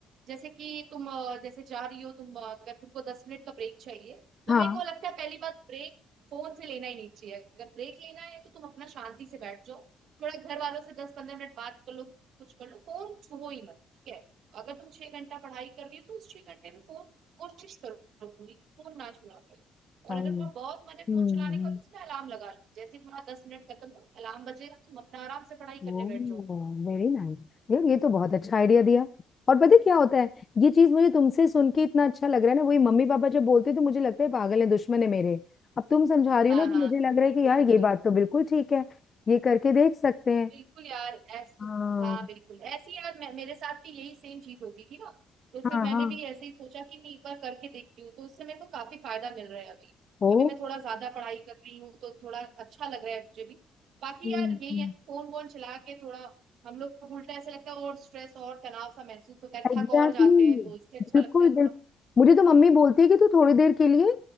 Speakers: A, on the right (about 70°); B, on the left (about 35°).
A: जैसे कि तुम अ, जैसे जा रही हो तुम अ, अगर तुमको दस मिनट का ब्रेक चाहिए तो
B: हाँ
A: मेरे को लगता है पहली बात ब्रेक फोन से लेना ही नहीं चाहिए अगर ब्रेक लेना है तो तुम अपना शांति से बैठ जाओ थोड़ा घर वालों से दस पंद्रह मिनट बात कर लो कुछ कर लो फोन छुओ ही मत ठीक है अगर तुम छह घंटा पढ़ाई कर रही हो तो उस छह घंटे में फोन कोशिश करो पूरी फोन ना छुआ करो। और
B: I
A: अगर
B: know.
A: वहाँ बहुत मन है
B: Hmm
A: फोन चलाने का तो उसमें अलार्म लगा लो जैसे ही तुम्हारा दस मिनट खत्म हो अलार्म बजेगा तुम अपना आराम से पढ़ाई
B: Oh
A: करने बैठ जाओ
B: very nice यार ये तो बहुत अच्छा आइडिया दिया और पता है क्या होता है ये चीज मुझे तुमसे सुन के इतना अच्छा लग रहा है ना वही मम्मी पापा जब बोलते हैं तो मुझे लगता है पागल है दुश्मन है मेरे अब तुम समझा रही
A: हाँ
B: हो ना तो
A: हाँ
B: मुझे लग रहा
A: बिल्कुल
B: है कि यार
A: बिल्कुल
B: ये बात तो बिल्कुल ठीक है ये करके देख सकते हैं
A: बिल्कुल यार ऐस
B: हाँ
A: हाँ बिल्कुल ऐसी यार मैं, मेरे साथ भी यही सेम चीज होती थी ना तो
B: हाँ
A: फिर मैंने
B: हाँ
A: भी ऐसे ही सोचा कि मैं एक बार करके देखती हूँ तो उससे मेरे को काफी फायदा मिल रहा है अभी
B: ओ
A: अभी मैं थोड़ा ज्यादा पढ़ाई कर रही हूँ तो थोड़ा अच्छा लग रहा है मुझे भी बाकी
B: हम्म
A: यार यही है फोन वोन चला के थोड़ा हम लोग को उल्टा ऐसा लगता है और स्ट्रेस और तनाव सा महसूस होता है
B: Exactly
A: थक और जाते
B: exactly.
A: हैं तो इससे अच्छा
B: बिल्कुल
A: लगता है
B: बिल्कुल मुझे तो मम्मी
A: हम्म
B: बोलती है कि तू थोड़ी देर के लिए